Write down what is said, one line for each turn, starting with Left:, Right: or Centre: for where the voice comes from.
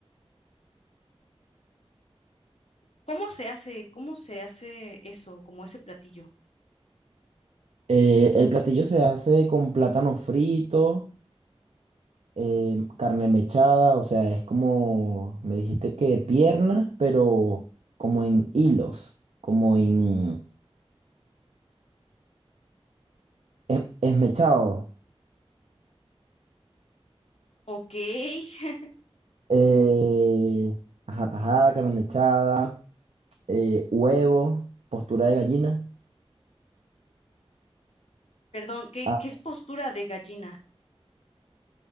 Left: ¿Cómo se hace, cómo se hace eso, como ese platillo?
Right: Eh, el platillo se hace con plátano frito, eh, carne mechada, o sea, es como, me dijiste que pierna, pero como en hilos, como en es- esmechado.
Left: Ok, <laughs>
Right: Eh, ajá, tajada, carne mechada, eh, huevo, postura de gallina.
Left: perdón, ¿qué,
Right: Ah,
Left: qué es postura de gallina?